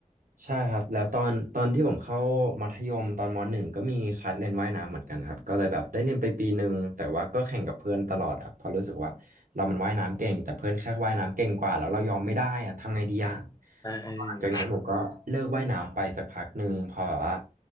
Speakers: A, on the right; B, on the left.
A: ใช่ครับแล้วตอนตอนที่ผมเข้ามัธยมตอนมหนึ่งก็มีคัดเรียนว่ายน้ำเหมือนกันครับก็เลยแบบได้เรียนไปปีหนึ่งแต่ว่าก็แข่งกับเพื่อนตลอดครับเพราะรู้สึกว่าเรามันว่ายน้ำเก่งแต่เพื่อนแค่ว่ายน้ำเก่งกว่าแล้วเรายอมไม่ได้อะทำไงดีอ่ะ
B: เออเออ
A: หลังจากนั้นผมก็เลิกว่ายน้ำไปสักพักหนึ่งพอแบบว่า